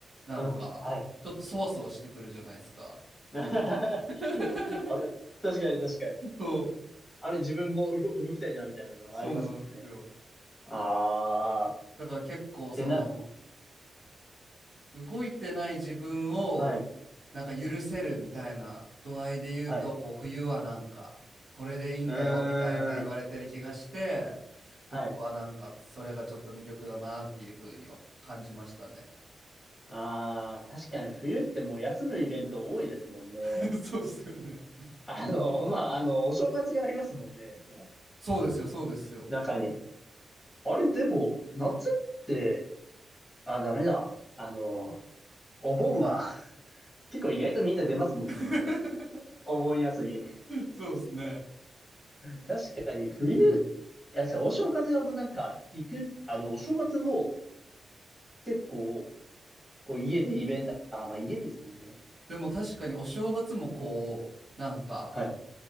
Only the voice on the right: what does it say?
なんか、
ちょっとそわそわしてくるじゃないですか。
<laughs>
そ
う、そうなんですよ。
だから結構その
動いてない自分を
なんか許せるみたいな度合いで言うと、
こう冬はなんかこれでいいんだよみたいな言われてる気がして、
僕はなんかそれがちょっと魅力だなっていうふうには感じましたね。
<laughs> そうですよね。
そうですよ、そうですよ。
<laughs>
そうですね。
うん。
でも確かにお正月もこう、なんか